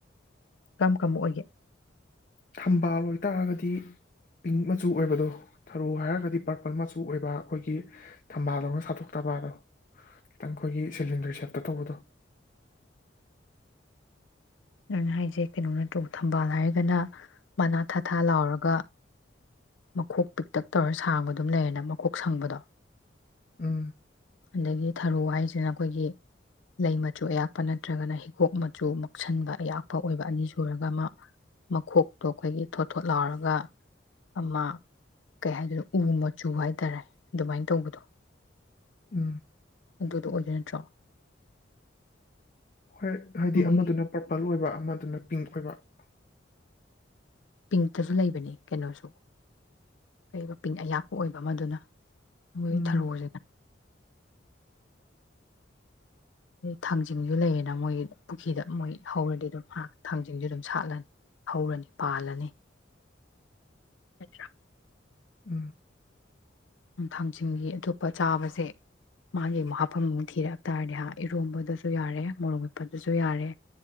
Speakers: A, on the left; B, on the left.
A: ꯀꯝ ꯀꯝꯕ ꯑꯣꯏꯒꯦ
B: ꯊꯝꯕꯥꯜ ꯑꯣꯏꯇꯥꯔꯒꯗꯤ ꯄꯤꯡ ꯃꯆꯨ ꯑꯣꯏꯕꯗꯣ ꯊꯔꯣ ꯍꯥꯏꯔꯒꯗꯤ ꯄ꯭ꯔꯄꯜ ꯃꯆꯨ ꯑꯣꯏꯕ ꯑꯩꯈꯣꯏꯒꯤ ꯊꯝꯕꯥꯜꯗꯧꯅ ꯁꯥꯇꯣꯛꯇꯕꯗꯣ ꯈꯤꯇꯪ ꯑꯩꯈꯣꯏꯒꯤ ꯁꯤꯂꯤꯟꯗꯔ ꯁꯦꯞꯇ ꯇꯧꯕꯗꯣ
A: ꯅꯪ ꯍꯥꯏꯁꯦ ꯀꯩꯅꯣ ꯅꯠꯇ꯭ꯔꯣ ꯊꯝꯕꯥꯜ ꯍꯥꯏꯔꯒꯅ ꯃꯅꯥ ꯊꯥꯊꯥ ꯂꯥꯎꯔꯒ ꯃꯈꯣꯛ ꯄꯤꯛꯇꯛ ꯇꯧꯔ ꯁꯥꯡꯕ ꯑꯗꯨꯝ ꯂꯩꯔꯦꯅ ꯃꯈꯣꯛ ꯁꯪꯕꯗꯣ
B: ꯎꯝ
A: ꯑꯗꯒꯤ ꯊꯔꯣ ꯍꯥꯏꯁꯤꯅ ꯑꯩꯈꯣꯏꯒꯤ ꯂꯩ ꯃꯆꯨ ꯑꯌꯥꯛꯄ ꯅꯠꯇ꯭ꯔꯒꯅ ꯍꯤꯒꯣꯛ ꯃꯆꯨ ꯃꯛꯁꯟꯕ ꯑꯌꯥꯛꯄ ꯑꯣꯏꯕ ꯑꯅꯤ ꯁꯨꯔꯒ ꯑꯃ ꯃꯈꯣꯛꯇꯣ ꯑꯩꯈꯣꯏꯒꯤ ꯊꯣꯠ ꯊꯣꯠ ꯂꯥꯎꯔꯒ ꯑꯃ ꯀꯩ ꯍꯥꯏꯗꯣꯅꯣ ꯎ ꯃꯆꯨ ꯍꯥꯏꯇꯥꯔꯦ ꯑꯗꯨꯃꯥꯏ ꯇꯧꯕꯗꯣ
B: ꯎꯝ
A: ꯑꯗꯨꯗꯣ ꯑꯣꯏꯗꯣꯏ ꯅꯠꯇ꯭ꯔꯣ
B: ꯍꯣꯏ ꯍꯥꯏꯗꯤ
A: ꯃꯣꯏ
B: ꯑꯃꯗꯨꯅ ꯄꯔꯄꯜ ꯑꯣꯏꯕ ꯑꯃꯗꯨꯅ ꯄꯤꯡꯛ ꯑꯣꯏꯕ <unintelligible>
A: ꯄꯤꯡꯛꯇꯁꯨ ꯂꯩꯕꯅꯤ ꯀꯩꯅꯣꯁꯨ ꯀꯩꯕ ꯄꯤꯡ ꯑꯌꯥꯛꯄ ꯑꯣꯏꯕ ꯑꯃꯗꯨꯅ ꯃꯣꯏ
B: ꯎꯝ
A: ꯊꯔꯣꯁꯤꯅ ꯊꯥꯡꯖꯤꯡꯖꯨ ꯂꯩꯌꯦꯅ ꯃꯣꯏ ꯄꯨꯈꯤꯗ ꯃꯣꯏ ꯍꯧꯔꯗꯤ ꯑꯗꯨꯝ ꯍꯥ ꯊꯥꯡꯖꯤꯡꯖꯨ ꯑꯗꯨꯝ ꯁꯥꯠꯂꯅꯤ ꯍꯧꯔꯅꯤ ꯄꯥꯜꯂꯅꯤ ꯅꯠꯇ꯭ꯔꯥ
B: ꯎꯝ
A: ꯅꯨꯡ ꯊꯥꯡꯖꯤꯡꯒꯤ ꯑꯇꯣꯞꯄ ꯆꯥꯕꯁꯦ ꯃꯥꯒꯤ ꯑꯃꯨꯛ ꯍꯥꯞꯐꯝ ꯑꯃꯨꯛ ꯊꯥꯡꯖꯤꯡꯒꯤ ꯑꯇꯣꯞꯄ ꯆꯥꯕꯁꯦ ꯃꯥꯒꯤ ꯑꯃꯨꯛ ꯍꯥꯞꯐꯝ ꯑꯃꯨꯛ ꯊꯤꯔꯛ ꯇꯥꯔꯗꯤ ꯍꯥ ꯏꯔꯣꯝꯕꯗꯁꯨ ꯌꯥꯔꯦ ꯃꯣꯔꯣꯛ ꯃꯦꯠꯄꯗꯁꯨ ꯌꯥꯔꯦ